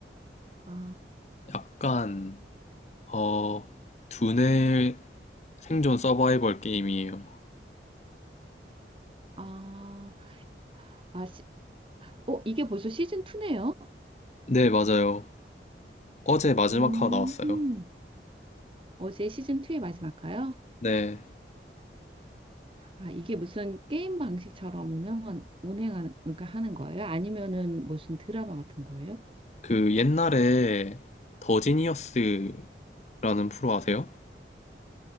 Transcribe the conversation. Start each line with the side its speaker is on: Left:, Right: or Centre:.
Right: 아,
Left: 약간 어 두뇌 생존 서바이벌 게임이에요.
Right: 아, 아, 시, 어, 이게 벌써 시즌 2네요?
Left: 네, 맞아요. 어제 마지막
Right: 음.
Left: 화가 나왔어요.
Right: 어제 시즌2의 마지막가요?
Left: 네,
Right: 아, 이게 무슨 게임 방식처럼 운영한, 운행하는, 그러니까 하는 거예요? 아니면은 무슨 드라마 같은 거예요?
Left: 그 옛날에 더 지니어스라는 프로 아세요?